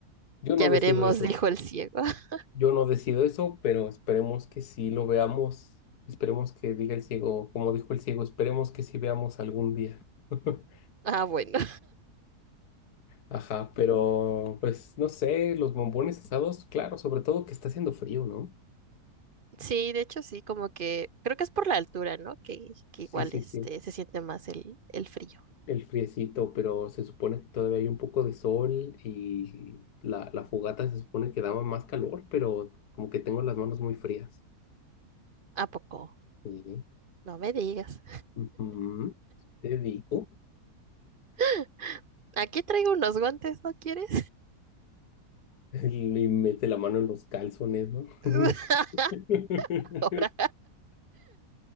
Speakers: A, on the left; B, on the right.
A: yo no
B: Ya
A: decido
B: veremos,
A: eso.
B: dijo el ciego. <laughs>
A: Yo no decido eso, pero esperemos que sí lo veamos. Esperemos que diga el ciego, como dijo el ciego, esperemos que sí veamos algún día. <laughs>
B: Ah, bueno.
A: Ajá, pero pues no sé, los bombones asados, claro, sobre todo que está haciendo frío, ¿no?
B: Sí, de hecho sí, como que creo que es por la altura, ¿no? Que, que
A: Sí,
B: igual
A: sí,
B: este
A: sí,
B: se siente más el, el frío.
A: el friecito, pero se supone que todavía hay un poco de sol y la, la fogata se supone que daba más calor, pero como que tengo las manos muy frías.
B: ¿A poco?
A: Sí.
B: No me digas.
A: Ujú. Te digo,
B: <gasps> <laughs> Aquí traigo unos guantes, ¿no quieres?
A: <laughs> le mete la mano en los calzones, ¿no?
B: <laughs>
A: <laughs>
B: Ahora.